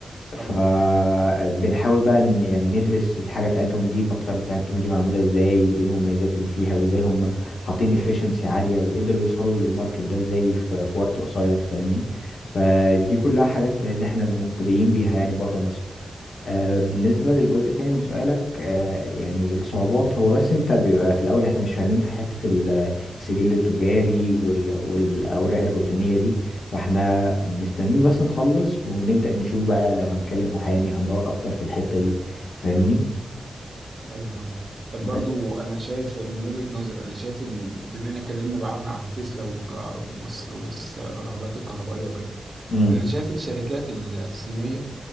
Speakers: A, on the right; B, on the left.
A: طبعا
B: فبنحاول بقى إن- يعني ندرس الحاجة بتاعتهم دي المطرح بتاعتهم دي معمولة ازاي وايه المميزات اللي فيها وازاي هم حاطين efficiency عالية وقدروا يوصلوا للماركت ده ازاي في في وقت قصير فاهمني فدي كلها حاجات اللي احنا مقتديين بيها يعني بره مصر آه، بالنسبة للجزء التاني من سؤالك آه، يعني الصعوبات هو بس انت بيبقى في الأول احنا مش فاهمين في حتة ال- السجل التجاري وال- والأوراق الروتينية دي فاحنا مستنيين بس نخلص ونبدأ نشوف بقى لو هنكلم محامي هندور أكتر في الحتة دي فاهمني
A: ايوه طبعا طب برضو
B: بس
A: انا شايف من وجهة نظري انا شايف ال- بما ان اتكلمنا بقى عن عن تسلا والك- والس- والس- والعربيات الكهربائيه وكده
B: امم
A: انا شايف الشركات الصينيه